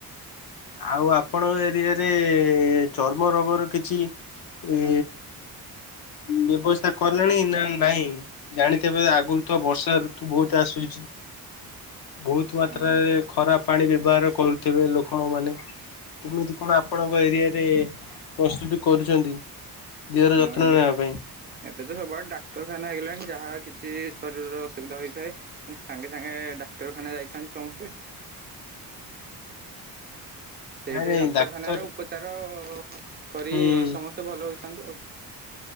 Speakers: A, on the left (about 70°); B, on the right (about 30°).
A: ଆଉ ଆପଣଙ୍କ ଏରିଆରେ ଚର୍ମ ରୋଗର କିଛି ଏ ବ୍ୟବସ୍ଥା କଲେଣି ନା ନାଇଁ ଜାଣିଥିବ ଆଗରୁ ତ ବର୍ଷା ଋତୁ ବହୁତ ଆସୁଛି। ବହୁତ ମାତ୍ରାରେ
B: ହଁ
A: ଖରାପ ପାଣି ବ୍ୟବହାର କରୁଥିବେ ଲୋକ କ ମାନ କେମିତି କଣ ଆପଣଙ୍କ ଏରିଆ ରେ ପ୍ରସ୍ତୁତି କରୁଛନ୍ତି? ଦେହର
B: ହଁ
A: ଯତ୍ନ
B: ଏବେ
A: ନେବା ପାଇଁ?
B: ଏବେ ତ ସବୁଆଡେ ଡାକ୍ତରଖାନା ହେଇଗଲାଣି ଯାହାବା କିଛି କି ଶରୀରର ଅସୁବିଧା ହୋଇଥାଏ ସାଙ୍ଗେ ସାଙ୍ଗେ ଡାକ୍ତରଖାନା ଯାଇଥାନ୍ତି ସମସ୍ତେ। ସେଇଠି
A: ନାଇଁ ନାଇଁ
B: ଡାକ୍ତରଖାନାର
A: ଡାକ୍ତର
B: ଉପଚାର କରି
A: ହୁଁ
B: ସମସ୍ତେ ଭଲ ହୋଇ ଥାନ୍ତି ଆଉ।